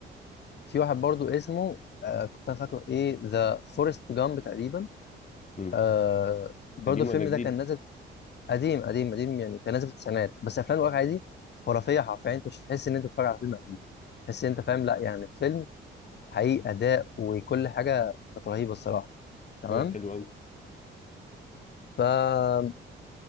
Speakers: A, on the left; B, on the left.
A: في واحد برضه اسمه آه كنت أنا فاكره إيه ذا فورست جامب تقريبا
B: مم.
A: آه برضه
B: قديم
A: الفيلم
B: ولا جديد
A: ده كان نازل قديم قديم قديم يعني كان نازل في التسعينات بس أفلام الواقع دي خرافية حرفيا أنت مش هتحس إن أنت بتتفرج على فيلم قديم تحس إن أنت فاهم لا يعني فيلم حقيقي اداء وكل حاجه كانت رهيبه الصراحه تمام
B: طيب حلو قوي
A: فبص